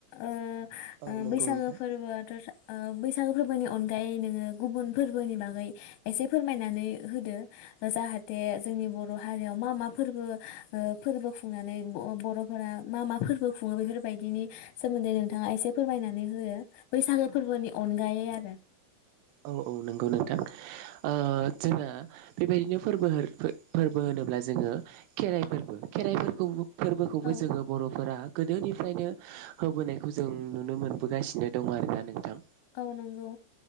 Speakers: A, on the left; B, on the right.
A: ओ
B: औ
A: ओ
B: नंगौ
A: बैसागो
B: नोंथां
A: फोरबोआथ' ओ बैसागो फोरबोनि अनगायै नोङो गुबुन फोरबोनि बागै एसे फोरमायनानै होदो जाहाथे जोंनि बर' हारियाव मा मा फोरबो ओ फोरबो खुंनानै ब-बर' फोरा मा मा फोरबो खुङो बेफोरबायदिनि सोमोन्दै नोंथाङा एसे फोरमायनानै हो बैसागो फोरबोनि अनगायै आरो
B: औ औ नंगौ नोंथां। ओ जोङो बेबायदिनो फोरबो फोरबो होनोब्ला जोङो खेराइ फोरबो खेराइफोरखौ फोरबोखौबो
A: औ
B: जोङो बर'फोरा गोदोनिफ्रायनो होबोनायखौ जों नुनो मोनबोगासिनो दं आरोना नोंथां।
A: औ नंगौ।